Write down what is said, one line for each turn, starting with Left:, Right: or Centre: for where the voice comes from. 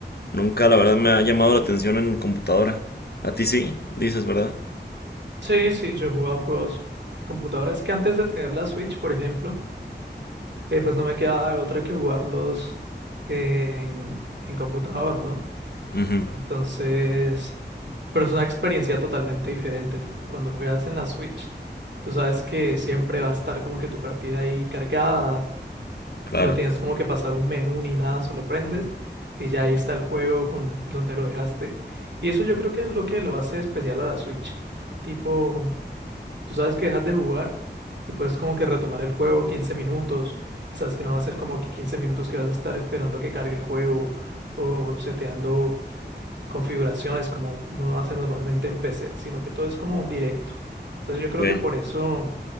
Left: Nunca, la verdad, me ha llamado la atención en computadora. A ti sí, dices, ¿verdad?
Right: Sí, sí, yo he jugado juegos computadoras que antes de tener la Switch, por ejemplo, eh, pues no me quedaba otra que jugarlos en, en computador, ¿no?
Left: Ujú,
Right: Entonces, pero es una experiencia totalmente diferente, tipo cuando juegas en la Switch, tú sabes que siempre va a estar como que tu partida ahí cargada,
Left: claro.
Right: No tienes como que pasar un menú ni nada, solo prendes y ya ahí está el juego con donde lo dejaste. Y eso yo creo que es lo que lo hace especial a la Switch. Tipo, tú sabes que dejas de jugar y puedes como que retomar el juego 15 minutos y sabes que no va a ser como que 15 minutos que vas a estar esperando a que cargue el juego o seteando configuraciones como uno hace normalmente en PC, sino que todo es como un directo. Entonces yo creo
Left: Ok.
Right: que por eso